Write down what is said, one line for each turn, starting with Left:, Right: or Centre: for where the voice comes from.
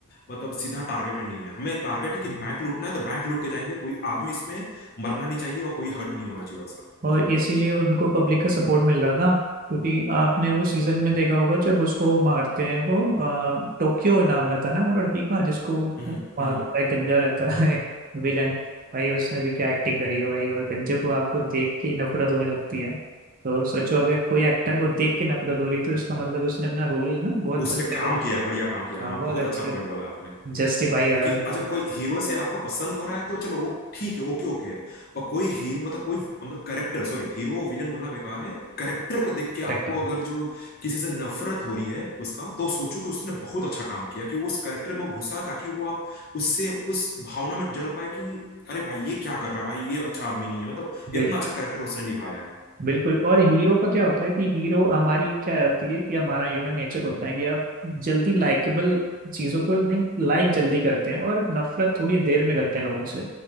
Left: मतलब सीधा टारगेट पे नहीं है हमें टारगेट है कि
Right: हाँ
Left: बैंक लूटना है तो बैंक लूट के जाएंगे कोई आदमी इसमें मरना नहीं चाहिए और कोई हर्ट नहीं होना चाहिए उसका
Right: और इसीलिए उनको पब्लिक का सपोर्ट मिल रहा था क्योंकि आपने वो सीजन में देखा होगा जब उसको मारते हैं वो अ, टोक्यो नाम रहता है ना वो लड़की का जिसको
Left: हम्म
Right: मार
Left: हम्म
Right: देता है गंजा रहता है <laughs> विलन भाई उसने भी क्या एक्टिंग करी है भाई और गंजे को आपको देख के ही नफरत होने लगती है तो सोचो अगर कोई एक्टर को देख के नफरत हो रही है, तो इसका मतलब उसने अपना रोल ना बहुत
Left: उसने
Right: अच्छे
Left: काम
Right: से-
Left: किया बढ़िया काम किया
Right: हाँ,
Left: हाँ
Right: बहुत
Left: बहुत
Right: अच्छे
Left: अच्छा पॉइंट बोला आपने
Right: जस्टिफाई करा
Left: कि
Right: उसका
Left: अगर कोई हीरो से आपको पसंद हो रहा है तो चलो वो ठीक है ओके ओके है पर कोई हीरो मतलब कोई मतलब करेक्टर सॉरी हीरो विलेन बोलना बेकार है करेक्टर को देख के
Right: करेक्टर
Left: आपको अगर जो किसी से नफरत हो रही है उसका तो सोचो कि उसने बहुत अच्छा काम किया कि वो उस करेक्टर में घुसा ताकि वो आप उससे उस भावना में जल पाए कि अरे भाई ये क्या कर रहा है भाई ये अच्छा आदमी नहीं है मतलब
Right: बिल्कुल
Left: इतना अच्छा करेक्टर उसने निभाया है
Right: बिल्कुल और हीरो का क्या होता है कि हीरो हमारी क्या होती है कि हमारा ह्यूमन नेचर होता है कि आप जल्दी लाइकेबल चीजों को लाइक जल्दी करते हैं और नफरत थोड़ी देर में करते हैं लोगों से